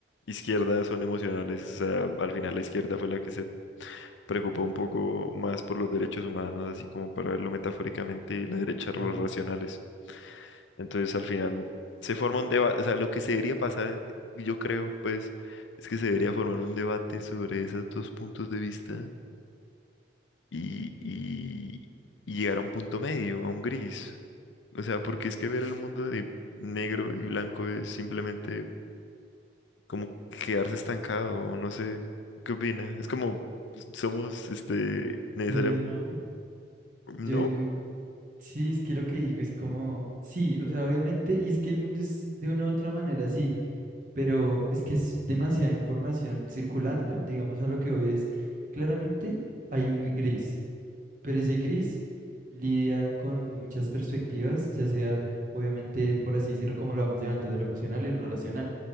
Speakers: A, on the left; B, on the right.
A: Izquierdas son emocionales, o sea, al final la izquierda fue la que se preocupó un poco más por los derechos humanos, así como para verlo metafóricamente, y la derecha
B: claro.
A: los racionales. Entonces, al final, se forma un debate, o sea, lo que se debería pasar, yo creo, pues, es que se debería formar un debate sobre esos dos puntos de vista y, y, y llegar a un punto medio, a un gris. O sea, porque es que ver el mundo de negro y blanco es simplemente como quedarse estancado, no sé, ¿qué opina? Es como somos, este, necesariamente,
B: Que no,
A: ¿no?
B: yo digo, sí, es que lo que digo es como, sí, o sea, obviamente, y es que el mundo es de una u otra manera, sí, pero es que es demasiada información circulando, digamos a lo que hoy es, claramente hay un gris. Pero ese gris lidia con muchas perspectivas, ya sea, obviamente, por así decirlo, como lo vamos llevando, de lo emocional y lo racional.